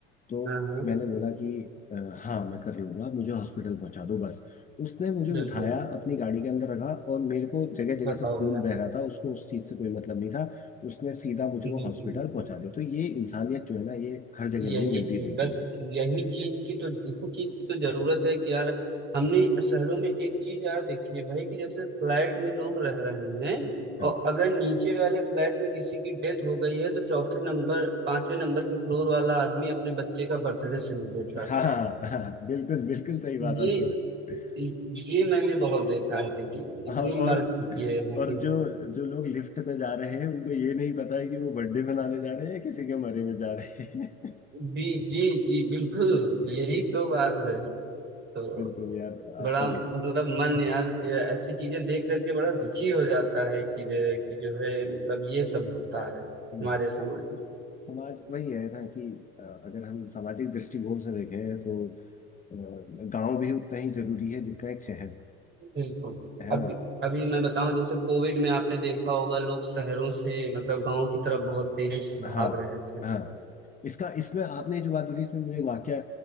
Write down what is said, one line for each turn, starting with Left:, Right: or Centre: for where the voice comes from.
Left: तो
Right: हाँ हाँ
Left: मैंने बोला कि "अ, हाँ मैं कर लूंगा मुझे हॉस्पिटल पहुंचा दो बस उसने मुझे
Right: बिल्कुल
Left: उठाया अपनी गाड़ी के अंदर रखा और मेरे को जगह जगह
Right: बताओ
Left: से खून
Right: भला
Left: बह रहा था उसको उस चीज से कोई मतलब नहीं था उसने सीधा मुझको
Right: जी
Left: हॉस्पिटल
Right: जी
Left: पहुंचा दिया तो ये इंसानियत जो है ना ये हर जगह
Right: यही
Left: नहीं मिलती
Right: चीज
Left: देखने
Right: बस
Left: को
Right: यही चीज की तो इसी चीज की तो जरूरत है कि यार हमने शहरों में एक चीज यार देखी है भाई कि जैसे फ्लैट में लोग रह रहे हैं
Left: हाँ
Right: और अगर नीचे वाले फ्लैट में किसी की डेथ हो गई है तो चौथे नंबर पांचवें नंबर के फ्लोर वाला आदमी अपने बच्चे का बर्थडे सेलिब्रेट करता
Left: हाँ
Right: है
Left: हाँ, बिल्कुल बिल्कुल सही बात
Right: ये
Left: आपने बोली
Right: ये मैंने बहुत देखा है सिटी में।
Left: और
Right: इतनी
Left: और
Right: मर चुकी है यहाँ
Left: और
Right: की
Left: जो जो लोग लिफ्ट में जा रहे हैं उनको ये नहीं पता है कि वो बर्थडे मनाने जा रहे हैं या किसी के मरे में जा रहे हैं
Right: जी जी जी बिल्कुल यही तो बात है तो
Left: <laughs> बिल्कुल यार
Right: बड़ा
Left: आपकी
Right: मतलब मन यार ये ऐसी चीजें देख करके बड़ा दुखी हो जाता है कि जे- कि जो है मतलब ये सब होता है हमारे
Left: हम्म।
Right: समाज में
Left: समाज वही है ना कि अ, अगर हम सामाजिक दृष्टिकोण से देखें तो अ, गांव भी उतना ही जरूरी है जितना एक शहर
Right: बिल्कुल
Left: है
Right: अभी
Left: ना
Right: अभी मैं बताऊं जैसे कोविड में आपने देखा होगा लोग शहरों से मतलब गांव की तरफ बहुत तेजी से भाग
Left: हाँ
Right: रहे थे
Left: हाँ इसका इसमें आपने जो बात बोली इसमें मुझे एक वाक्य